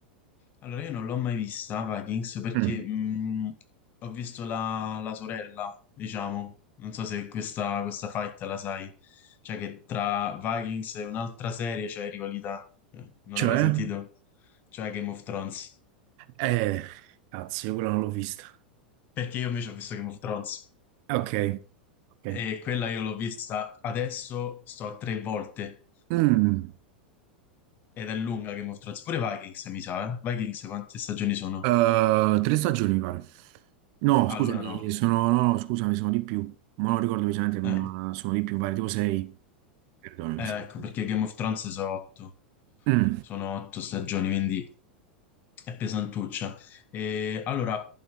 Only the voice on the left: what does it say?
Allora io non l'ho mai vista Vikings perché
mh, ho visto la, la sorella, diciamo. Non so se questa, questa fight la sai. Cioè che tra Vikings e un'altra serie c'è rivalità. Eh, Non
l'hai mai sentito? Cioè Game of Thrones.
Perché io invece ho visto Game of Thrones
e quella io l'ho vista adesso, sto a tre volte
ed è lunga Game of Thrones. Pure Vikings mi sa, eh? Vikings quante stagioni sono?
Allora
no.
Eh,
eh,
ecco
perché Game of Thrones sono otto,
sono otto stagioni, quindi... È pesantuccia. E, allora,